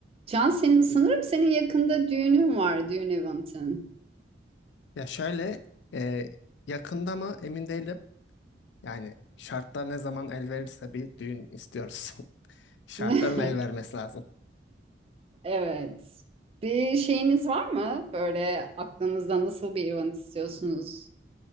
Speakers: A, on the right; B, on the left.
A: Can senin sanırım senin yakında düğünün var, düğün eventin.
B: Ya şöyle e, yakında mı emin değilim. Yani şartlar ne zaman el verirse bir düğün istiyoruz. <laughs> Şartların
A: <laughs>
B: el vermesi lazım.
A: Evet. Bir şeyiniz var mı? Böyle aklınızda nasıl bir event istiyorsunuz?